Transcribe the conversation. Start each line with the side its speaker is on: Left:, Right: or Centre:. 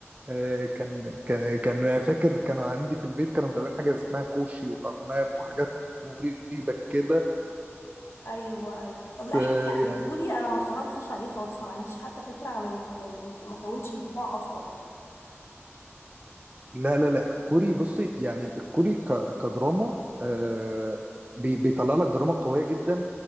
Right: آه، كان كان كان فاكر كانوا عندي في البيت كانوا متابعين حاجة اسمها كوشي وأرناف وحاجات مريبة كده
Left: ايوه اي
Right: بس
Left: طب لا
Right: آه،
Left: احكي لي
Right: يعني
Left: عن الكوري انا ما اتفرجتش عليه خالص ما عنديش حتى فكره عن انت- يعني انت ما كونش انطباع اصلا
Right: لا لا لا الكوري بصي يعني الكوري ك- كدراما آه بي- بيطلع لك دراما قوية جدا